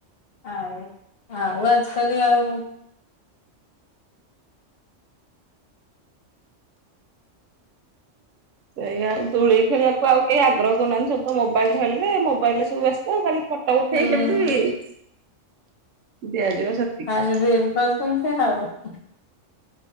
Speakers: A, on the left (about 55°); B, on the right (about 80°).
A: ଆଉ ଆଉ ଆଜି କାଲି ଆଉ
B: ସେଇ ଆଉ ଦୋଳି ଖେଳିବାକୁ ଆଉ କେହି ଆଗ୍ରହ କରୁନାହାନ୍ତି ସବୁ ତ ମୋବାଇଲ୍ ଧରିଲେ ମୋବାଇଲ୍ ରେ ସବୁ ବ୍ୟସ୍ତ ଖାଲି ଫଟ ଉଠେଇକି
A: ହୁଁ
B: କେମିତି ଦିଆଯିବ।
A: <unintelligible>
B: ସେତିକି।
A: ଆଉ।